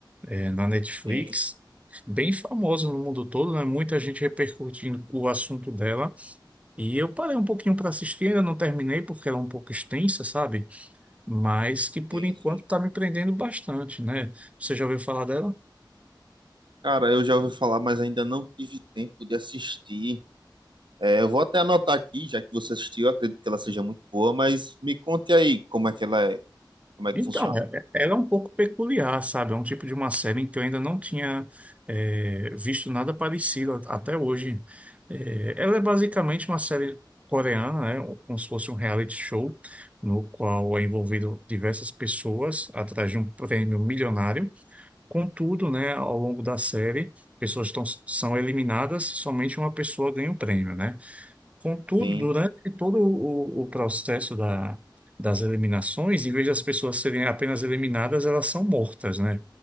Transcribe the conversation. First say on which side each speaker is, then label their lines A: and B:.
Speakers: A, on the right; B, on the right.
A: é, na Netflix,
B: Sim,
A: bem famosa no mundo todo, né? Muita gente repercutindo o assunto dela. E eu parei um pouquinho para assistir, ainda não terminei porque era um pouco extensa, sabe? Mas que por
B: sim,
A: enquanto
B: sim.
A: está me prendendo bastante, né? Você já ouviu falar dela?
B: Cara, eu já ouvi falar, mas ainda não tive tempo de assistir. É, eu vou até anotar aqui, já que você assistiu, eu acredito que ela seja muito boa, mas me conte aí como é que ela é, como é
A: Então,
B: que funciona.
A: é- é, ela é um pouco peculiar, sabe? É um tipo de uma série em que eu ainda não tinha é, visto nada parecido a- até hoje. É, ela é basicamente uma série coreana, né? Como se fosse um reality show, no qual é envolvido diversas pessoas atrás de um prêmio milionário. Contudo, né, ao longo da série, pessoas tão- são eliminadas, somente uma pessoa ganha o prêmio, né? Contudo,
B: Sim.
A: durante todo o, o processo da, das eliminações, em vez das pessoas serem apenas eliminadas, elas são mortas, né?